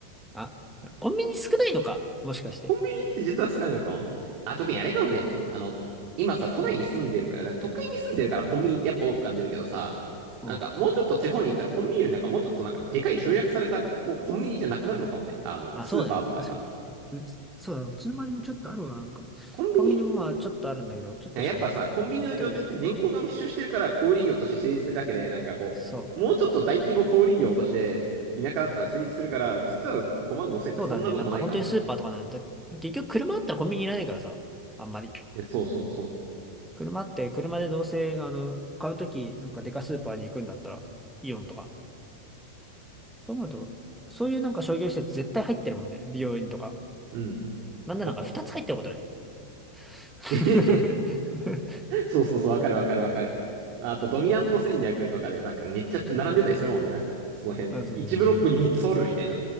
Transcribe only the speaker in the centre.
あ、コンビニ少ないのかもしかして。
うん
うん。
まあそうだね。
確かに。うち、そうだ、うちの周りもちょっとあるわ。なんか、
コンビニもまあちょっとあるんだけど、ちょっとしかなくて。
ある程度十分
そう。
そうだね。なんか本当にスーパーとかなんだ。結局車あったらコンビニいらないからさ。あんまり。
車あって、車でどうせ、あの、買うとき、なんかデカスーパーに行くんだったら、イオンとか。そう思うと、そういうなんか商業施設絶対入ってるもんね。美容院とか。
なんならなんか2つ入ってることない。
<laughs>
うん。
あ、そうそうそうそう。